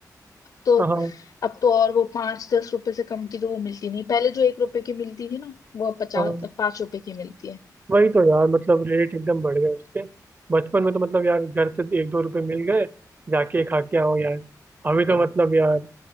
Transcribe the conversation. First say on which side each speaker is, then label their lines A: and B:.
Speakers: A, on the left; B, on the right.
A: तो
B: हाँ हाँ
A: अब तो और वो पांच दस रुपए से कम की तो वो मिलती नहीं पहले जो एक रुपए की मिलती थी ना वो अब पचास
B: हाँ।
A: पांच रुपए की मिलती है
B: वही तो यार मतलब रेट एकदम बढ़ गए उसके बचपन में तो मतलब यार घर से एक दो रुपए मिल गए जाके खा के आओ यार अभी तो मतलब यार